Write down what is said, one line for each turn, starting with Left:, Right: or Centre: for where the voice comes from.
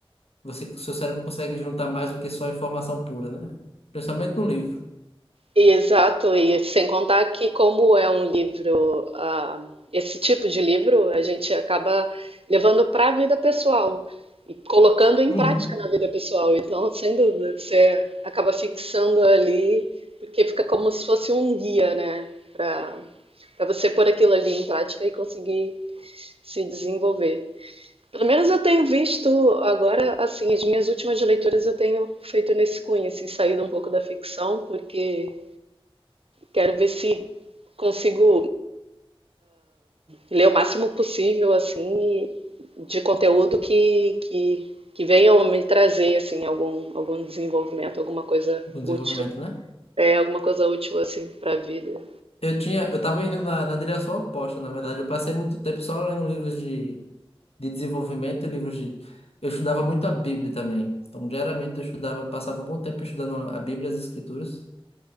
Left: você, seu cérebro consegue juntar mais do que só informação pura, né? Principalmente no livro.
Right: E, Exato, e sem contar que como é um livro, ah, esse tipo de livro, a gente acaba levando para a vida pessoal e colocando em
Left: Uhum.
Right: prática na vida pessoal. Então, sem dúvida, você acaba fixando ali, porque fica como se fosse um guia, né, para para você pôr aquilo ali em prática e conseguir se desenvolver. Pelo menos eu tenho visto agora, assim, as minhas últimas leituras eu tenho feito nesse cunho, assim, saído um pouco da ficção, porque quero ver se consigo ler o máximo possível, assim, e de conteúdo que, que, que venha me trazer, assim, algum, algum desenvolvimento, alguma coisa
Left: No desenvolvimento,
Right: útil.
Left: né?
Right: É, alguma coisa útil, assim, para a vida.
Left: Eu tinha, eu tava indo na, na direção oposta, na verdade. Eu passei muito tempo só lendo livros de, de desenvolvimento e livros de. Eu estudava muito a Bíblia também. Então, diariamente eu estudava, passava um bom tempo estudando a Bíblia e as Escrituras.